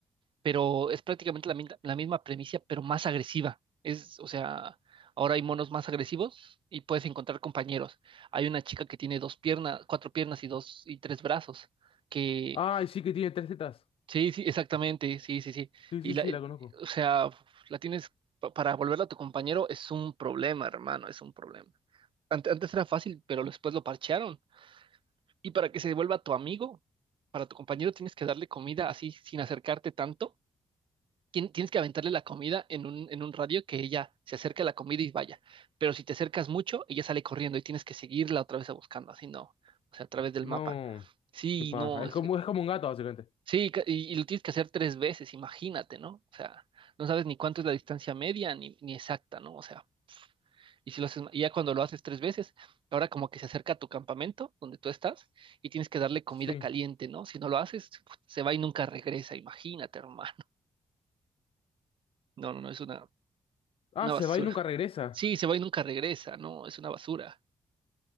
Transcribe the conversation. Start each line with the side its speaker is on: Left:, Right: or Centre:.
Right: Pero es prácticamente la, mi- la misma premisa, pero más agresiva. Es, o sea, ahora hay monos más agresivos y puedes encontrar compañeros. Hay una chica que tiene dos piernas, cuatro piernas y dos y tres brazos, que
Left: Ay, sí que tiene tres tetas.
Right: Sí, sí, exactamente, sí, sí, sí.
Left: Sí,
Right: Y
Left: sí,
Right: la,
Left: sí,
Right: el-
Left: la conozco.
Right: o sea, la tienes pa- para volverla a tu compañero es un problema, hermano, es un problema. Ante- Antes, era fácil, pero después lo parchearon. Y para que se vuelva tu amigo, para tu compañero tienes que darle comida así sin acercarte tanto. Tien- Tienes que aventarle la comida en un, en un radio que ella se acerque a la comida y vaya. Pero si te acercas mucho, ella sale corriendo y tienes que seguirla otra vez a buscando, así no, o sea, a través del
Left: No.
Right: mapa. Sí,
Left: Qué paja.
Right: no,
Left: Es como, es como un gato, básicamente.
Right: Sí, ca- y, y lo tienes que hacer tres veces, imagínate, ¿no? O sea, no sabes ni cuánto es la distancia media ni, ni exacta, ¿no? O sea, y si lo haces, y ya cuando lo haces tres veces, ahora como que se acerca a tu campamento donde tú estás y tienes que darle comida
Left: Sí.
Right: caliente, ¿no? Si no lo haces, se va y nunca regresa, imagínate, hermano. <laughs> No, no, no, es una,
Left: Ah,
Right: una
Left: se
Right: basura.
Left: va y nunca regresa.
Right: Sí, se va y nunca regresa, no, es una basura.